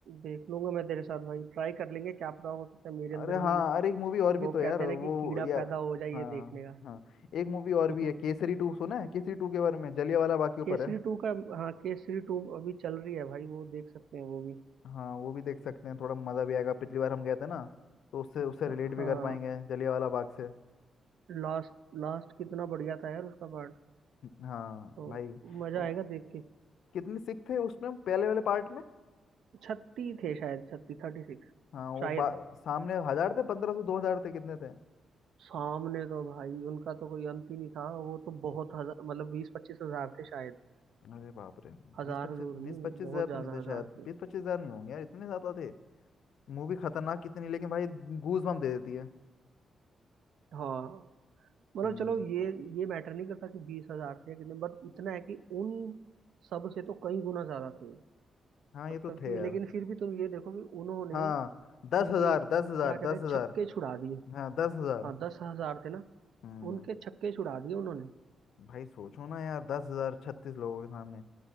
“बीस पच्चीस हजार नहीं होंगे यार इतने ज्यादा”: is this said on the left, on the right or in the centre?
Left